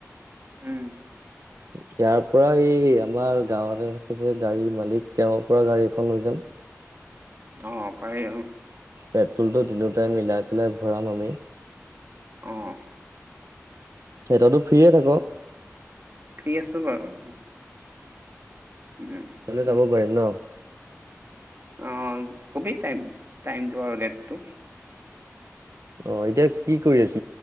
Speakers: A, on the right; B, on the right.
A: উম।
B: ইয়াৰ পৰা এই আমাৰ গাঁৱতে থাকিছে গাড়ী মালিক তেওঁৰ পৰা গাড়ী এখন লৈ যাম।
A: অ', পাৰি অ'।
B: পেট্ৰলটো তিনিওটাই মিলাই পেলাই ভৰাম আমি।
A: আহ।
B: সিহততো <unintelligible> ফ্ৰিয়ে থাক'
A: ফ্ৰী আছো বাৰু। উম,
B: ললে
A: উম,
B: যাব পাৰিম ন'।
A: অ', কবি টাইম টাইমটো আৰু ডেটটো।
B: অ' এতিয়া কি কৰি আছে।